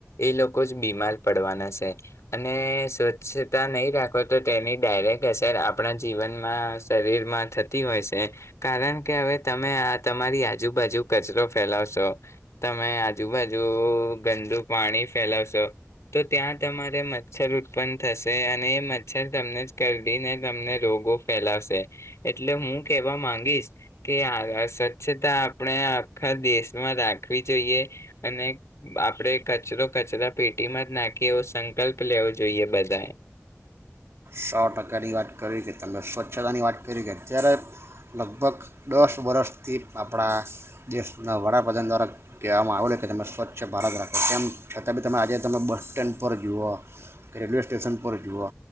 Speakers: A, on the left (about 75°); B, on the right (about 60°).
A: એ લોકો જ બીમાર પડવાના છે અને સ્વચ્છતા નહીં રાખો તો તેની ડાયરેક્ટ અસર આપણા જીવનમાં શરીરમાં થતી હોય છે કારણ કે હવે તમે આ તમારી આજુબાજુ કચરો ફેલાવશો. તમે આજુબાજુ ગંદુ પાણી ફેલાવશો તો ત્યાં તમારે મચ્છર ઉત્પન્ન થશે અને એ મચ્છર તમને જ કરીદીને તમને રોગો ફેલાવશે એટલે હું કેહેવા માંગીશ કે આ સ્વચ્છતા આપણે આખા દેશમાં રાખ. રાખવી જોઈએ અને આપણે કચરો કચરા પેટીમાં જ નાખીએ એવો સંકલ્પ લેવો જોઈએ બધાએ.
B: સો ટકાની વાત કરી કે તમે સ્વચ્છતાની વાત કરી કે અત્યારે લગભગ દસ વર્ષથી આપણા દેશના વડાપ્રધાન દ્વારા કહેવામાં આવેલ કે તમે સ્વચ્છ ભારત રાખો તેમ છતાં બી તમે આજે તમે બસ સ્ટેન્ડ પર જુઓ કે રેલવે સ્ટેશન પર જુઓ.